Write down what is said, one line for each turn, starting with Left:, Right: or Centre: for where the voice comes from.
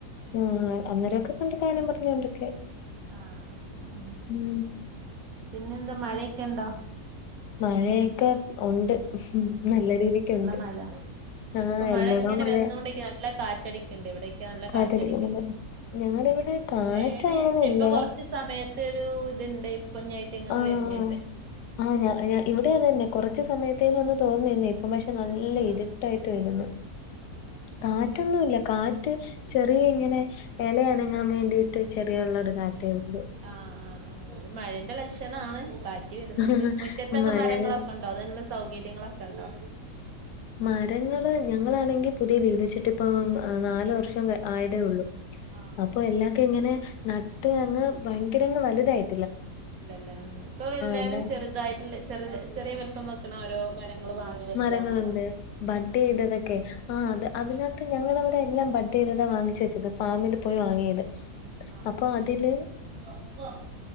Left: ആഹ് അന്നേരക്കെ കണ്ട് കാര്യം പറഞ്ഞോണ്ട്ക്കെ
Right: ആഹ് ആഹ് ആഹ്
Left: ഉം
Right: പിന്നെന്താ മഴേക്കെണ്ടോ?
Left: മഴേക്കെ ഉണ്ട് നല്ല
Right: ഉം
Left: രീതിക്കുണ്ട്.
Right: നല്ല മഴ
Left: ആഹ്
Right: ഇപ്പൊ മഴ
Left: എല്ലടോം
Right: ഇങ്ങനെ
Left: മഴയാ
Right: വന്നോണ്ട്ക്കാ നല്ല കാറ്റടിക്ക്ണ്ട് ഇവിടെക്കെ നല്ല
Left: കാറ്റടിക്കുന്നുണ്ട്
Right: കാറ്റടിക്ക്ണ്ട്
Left: ഞങ്ങടെ ഇവിടെ കാറ്റ്
Right: മഴേണ്
Left: അങ്ങനെയില്ല
Right: ക്ഷെ ഇപ്പൊ കൊറച്ച് സമയത്ത് ഒരു ഇത്ണ്ട് ഇപ്പഞ്ഞ് അയിച്ചങ്ങന്ന്
Left: ആഹ്
Right: വര്ന്ണ്ട്
Left: ആഹ് ഞാ ഞാ ഇവിടെം അത് തന്നെ കൊറച്ച് സമയത്തേനൊന്ന് തോറ്ന്ന്നിന്നേ ഇപ്പം പക്ഷെ നല്ല
Right: ആഹ്
Left: ഇര്ട്ടായിട്ട് വര്ന്ന്
Right: ആഹ് അങ്ങനെ
Left: കാറ്റൊന്നുല്ല
Right: തന്നെ
Left: കാറ്റ് ചെറിയ ഇങ്ങനെ എല അനങ്ങാ വേണ്ടീട്ട് ചെറിയുള്ളൊരു കാറ്റേ ഒള്ളൂ
Right: ആഹ് ആഹ് ആഹ് അത് മഴന്റെ ലക്ഷണാണ് കാറ്റ് വര്ന്ന്ണ്ട്
Left: ഉം
Right: മുറ്റത്തൊക്കെ
Left: മഴ
Right: മരങ്ങളൊക്കെ <unintelligible> സൗകര്യങ്ങളൊക്കെണ്ടോ?
Left: മരങ്ങള് ഞങ്ങളാണെങ്കി പുത്യേ വീട് വെച്ചിട്ട് ഇപ്പം നാല് വർഷം ക ആയതേ ഒള്ളു
Right: ആഹ്
Left: അപ്പൊ എല്ലാക്കെ ഇങ്ങനെ നട്ട് അങ്ങ് ഭയങ്കരങ്ങ് വല്തായി
Right: ഇല്ലല്ലേ ഇപ്പൊ എല്ലാരും
Left: എല്ലാം
Right: ചെറ്തായിട്ട്ള്ള ചെറ ചെറിയെ വലിപ്പം വെക്ക്ണ ഓരോ മരങ്ങൾ വാങ്ങി വെക്കാണല്ലോ
Left: മരങ്ങള്ണ്ട് ബഡ്ഡ് ചെയ്തതൊക്കെ ആഹ് അത് അതിനകത്ത് ഞങ്ങളവിടെ എല്ലാം ബഡ് ചെയ്തതാ വാങ്ങിച്ച് വെച്ചത് ഫാമിൽ പോയി വാങ്ങിയത്
Right: ആഹ്
Left: അപ്പൊ
Right: ആഹ്
Left: അതില്
Right: ആഹ്